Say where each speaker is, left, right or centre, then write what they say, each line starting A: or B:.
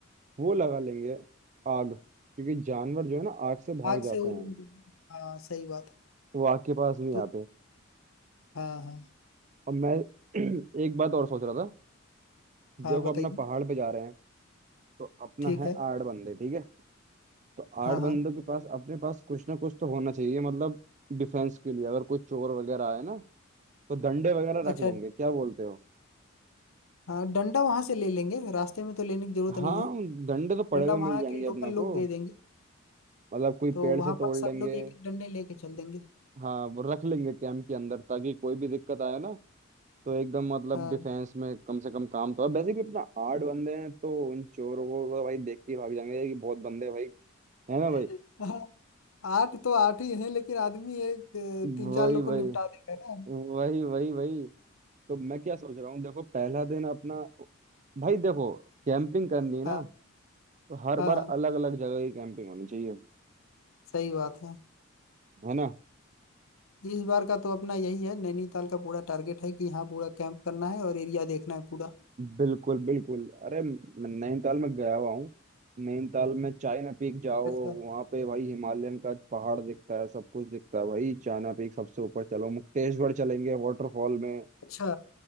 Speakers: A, on the right (about 35°); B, on the left (about 85°).
A: वो लगा लेंगे आग क्योंकि जानवर जो है ना आग से भाग
B: आग
A: जाते
B: से उन
A: हैं
B: हाँ सही बात है
A: वो आग के पास नहीं
B: तो
A: आते
B: हाँ हाँ
A: और मैं <clears throat> एक बात और सोच रहा था
B: हाँ
A: देखो
B: बताइए
A: अपना पहाड़ पे जा रहे हैं तो अपना
B: ठीक
A: है
B: है
A: आठ बंदे ठीक है तो आठ
B: हाँ हाँ
A: बंदों के पास अपने पास कुछ ना कुछ तो होना चाहिए मतलब डिफेंस के लिए अगर कोई चोर वगैरह आए ना तो डंडे वगैरह रख
B: अच्छा
A: लेंगे क्या बोलते हो
B: हाँ डंडा वहां से ले लेंगे रास्ते में तो लेने की जरूरत नहीं
A: हाँ
B: है
A: डंडे तो पड़े
B: डंडा
A: हुए मिल
B: वहां
A: जाएंगे
B: के लोकल
A: अपना
B: लोग
A: को
B: दे देंगे
A: मतलब कोई
B: तो
A: पेड़
B: वहां
A: से तोड़
B: पर सब
A: लेंगे
B: लोग एक एक डंडे लेके चल देंगे
A: हाँ वो रख लेंगे कैंप के अंदर ताकि कोई भी दिक्कत आए ना तो एकदम मतलब
B: हाँ
A: डिफेंस में कम से कम काम तो है वैसे भी अपना आठ बंदे हैं तो उन चोरों को तो भाई देख के ही भाग जाएंगे कि बहुत बंदे हैं भाई है ना
B: <laughs>
A: भाई
B: आठ तो आठ ही है लेकिन आदमी एक
A: वही
B: अ, तीन चार लोग
A: वही
B: को निपटा देगा ना
A: वही वही वही तो मैं क्या सोच रहा हूँ देखो पहला दिन अपना भाई देखो कैंपिंग करनी है
B: हाँ
A: ना तो हर
B: हाँ
A: बार
B: हाँ
A: अलग अलग जगह की कैंपिंग होनी चाहिए
B: सही बात है
A: है ना
B: इस बार का तो अपना यही है नैनीताल का पूरा टारगेट है कि यहाँ पूरा कैंप करना है और एरिया देखना है पूरा
A: बिल्कुल बिल्कुल अरे मैं नैनीताल में गया हुआ हूँ नैनीताल में चाइना पीक जाओ
B: अच्छा
A: वहाँ पे भाई हिमालयन का पहाड़ दिखता है सब कुछ दिखता है भाई चाइना पीक सबसे ऊपर चलो मुक्तेश्वर चलेंगे वाटरफॉल में
B: अच्छा,